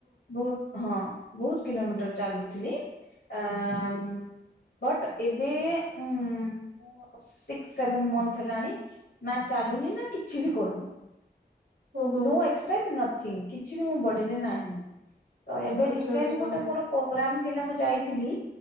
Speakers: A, on the left; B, on the right.
A: ବହୁତ୍ ହଁ। ବହୁତ୍ କିଲୋମିଟର ଚାଲୁଥିଲି ଆଁ ମ ବଟ୍ ଏବେ ଉଁ ମୁ ସିକ୍ସ୍ ସେଭେନ୍ ମନ୍ଥ୍ ହେଲାଣି। ନା ଚାଲୁନି ନା କିଛି ବି କରୁନି
B: ଓହୋ
A: ନୋ ଏକ୍ କ୍ସରସାଇଜ୍ ନଥିଂ କିଛି ବି ମୋ ବଡିରେ ନାଁହି। ତ ଏବେ
B: ଆଚ୍ଛା
A: ରିସଣ୍ଟ୍
B: ଆଚ୍ଛା
A: ଗୋଟେ ମୋର। ପ୍ରୋଗ୍ରାମ ଥିଲା ମୁଁ ଯାଇଥିଲି।